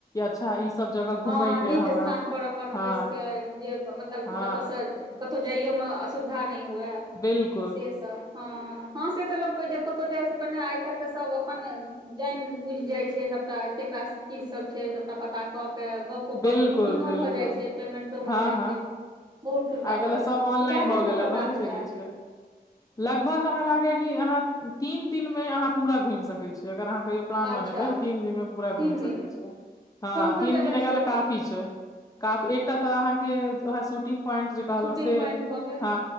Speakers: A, on the left; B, on the right.
A: अच्छा ई सब जगह घूमय
B: हँ
A: के
B: नीक
A: हमरा
B: स्थान पर अपन
A: हँ
B: बैस क जे मतलब
A: हँ
B: जतऽसँ कतहु जाइयोमे असुविधा नय हुए
A: बिलकुल
B: सेसभ हँ हँ से तऽ लोक त कोयो कतौ जाइ से पहिने आइ काल्हि तऽ सब अपन जानि बुझि जाइ छै सबटा एतेक का कीसभ छै सभटा पता कऽ केऽ गपो कऽ
A: बिलकुल
B: केऽ बुकिंगो
A: बिलकुल
B: भऽ जाइत छै पेमेंटो
A: हँ
B: भऽ जाइ
A: हँ
B: छै बहुत सुविधा
A: आइ काल्हि
B: भऽ गेलै
A: सब ऑनलाइन
B: तऽ कए
A: भऽ
B: दिनके
A: गेल
B: प्रोग्राम
A: ने नहि
B: छलय
A: देखै छियै लगभग हमरा लागैय कि अहाँ तीन दिन मे अहाँ पूरा घुमि सकै छीय अगर अहाँ कहियो प्लान बनेबै
B: अच्छा
A: तीन दिन मे पूरा घुमि
B: तीन दिन
A: सकै छियै हँ
B: कोन कोन
A: तीन
B: जगह
A: दिन एकरा
B: छै
A: लए
B: ओतऽ
A: काफी छै एकटा त आहा के ओहै सुटिंग प्वाइंट जे कहलौं
B: शूटिंग
A: से
B: पॉइंट भऽ गेल
A: हँ